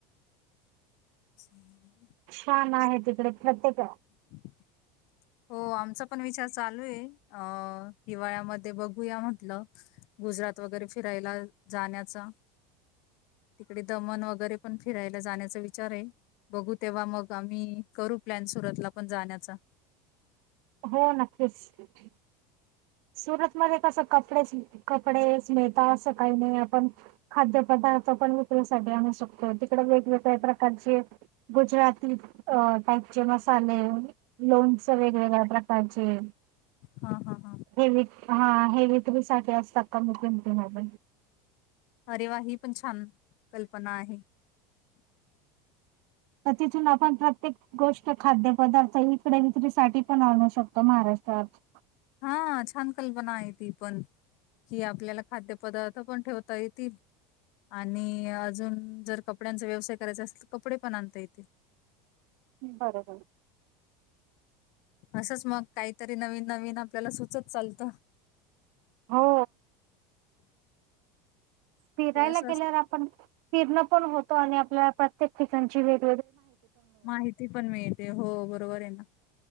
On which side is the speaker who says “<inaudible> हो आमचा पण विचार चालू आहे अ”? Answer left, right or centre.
Left